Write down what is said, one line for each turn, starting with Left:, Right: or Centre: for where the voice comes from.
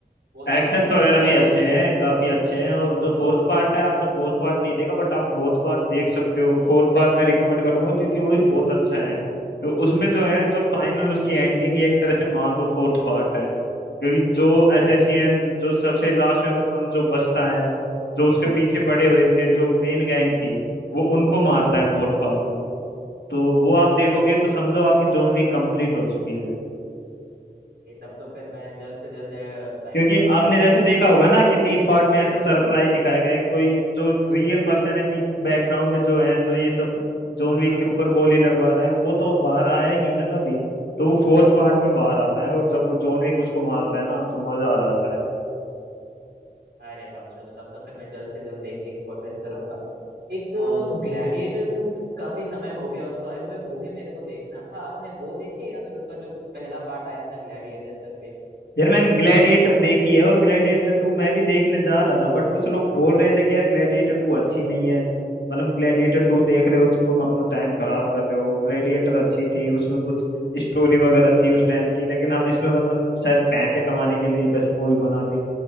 Right: वो
Left: एक्शंस
Right: तो
Left: वगैरह
Right: बेहद
Left: भी
Right: कमाल
Left: अच्छे
Right: है
Left: हैं
Right: ही
Left: काफी अच्छे हैं और जो फोर्थ पार्ट है आपने फोर्थ पार्ट नहीं देखा बट आप फोर्थ पार्ट देख सकते हो फोर्थ पार्ट मैं रिकमेंड करूंगा क्योंकि वो भी बहुत अच्छा है तो उसमें जो है
Right: अ-
Left: जो फाइनल उसकी एंडिंग एक तरह से मान लो फोर्थ पार्ट है क्योंकि जो एसएससीएन जो सबसे लास्ट में मतलब जो बचता है जो उसके पीछे पड़े
Right: हाँ
Left: हुए थे जो मेन गैंग थी वो उनको मारता है फोर्थ पार्ट में तो वो आप देखोगे
Right: अच्छा
Left: तो समझो आपकी जॉन वीक कंप्लीट हो चुकी है
Right: ये तब तो फिर मैं जल्द से जल्द ट्राई
Left: क्योंकि
Right: करूंगा
Left: आपने
Right: ये देखने
Left: जैसे देखा
Right: का
Left: होगा ना कि तीन पार्ट में ऐसे सरप्राइज दिखाया गया है कोई जो रियल पर्सन है पीछे बैकग्राउंड में जो है जो ये सब जॉन विक
Right: हाँ
Left: के ऊपर
Right: हाँ हाँ
Left: गोली लगवा रहे हैं वो तो बाहर आया ही नहीं ना कभी तो वो फोर्थ पार्ट में बाहर आता है और जब वो जॉन विक उसको मारता है ना तो मजा आ जाता है
Right: अरे वाह चलो तब तो फिर मैं जल्द से जल्द देखने की कोशिश करूंगा एक
Left: हाँ
Right: ग्लैडिएटर टू काफी समय हो गया उसको आए हुए वो भी मेरे को देखना था आपने वो देखी है या फिर उसका जो पहला पार्ट आया था ग्लैडिएटर करके
Left: यार मैंने ग्लैडिएटर देखी है और ग्लैडिएटर टू मैं भी देखने जा रहा था बट कुछ लोग बोल रहे थे कि यार ग्लैडिएटर टू अच्छी नहीं है मतलब ग्लैडिएटर टू देख रहे हो तो तुम अपना टाइम खराब कर रहे हो ग्लैडिएटर अच्छी थी उसमें कुछ स्टोरी वगैरह थी उस टाइम की लेकिन अब इसमें मतलब शायद पैसे कमाने के लिए ही बस मूवी बना दी